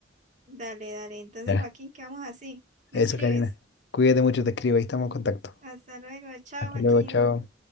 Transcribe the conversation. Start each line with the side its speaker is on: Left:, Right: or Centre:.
Right: Dale, dale. Entonces,
Left: Ya,
Right: Joaquín, quedamos así. Me
Left: eso,
Right: escribes.
Left: Karina. Cuídate mucho, te escribo, ahí estamos en contacto.
Right: Hasta luego. Chao,
Left: Hasta
Right: Joaquín.
Left: luego, chao.